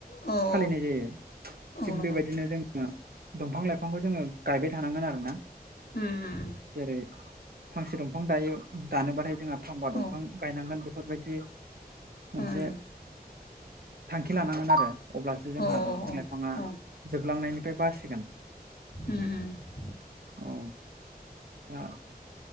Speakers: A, on the left; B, on the right.
A: औ
B: फालिनाय जायो।
A: औ
B: थिग
A: नंगौ
B: बेबायदिनो जोङो दंफां लाइफांखौ जोङो गायबाय थानांगोन आरो ना।
A: उम उम
B: जेरै फांसे दंफां दायो दानोबाथाय जोंहा फांबा
A: उम
B: दंफा गायनांगोन बेफोरबायदि मोनसे
A: उम
B: थांखि लानांगोन आरो। अब्लासो जोंहा
A: औ उम औ
B: दंफां लाइफाङा
A: औ
B: जोबलांनायनिफ्राय बासिगोन।
A: उम उम
B: औ आ